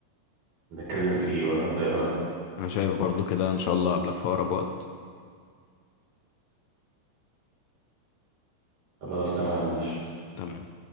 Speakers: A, on the right (about 45°); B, on the left (about 80°).
A: نتكلم فيه ولا انت ايه رايك
B: انا شايف برضو كده ان شاء الله قبلك في اقرب وقت
A: خلاص تمام ماشي
B: تمام